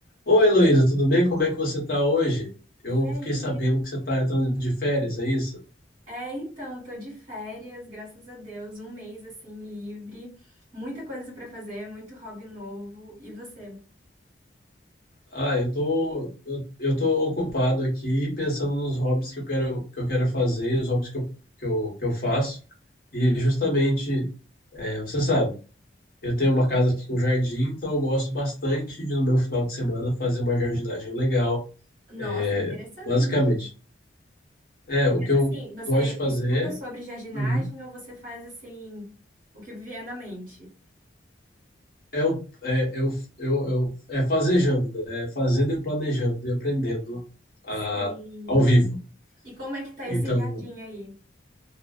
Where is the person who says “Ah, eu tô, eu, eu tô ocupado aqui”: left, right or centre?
Left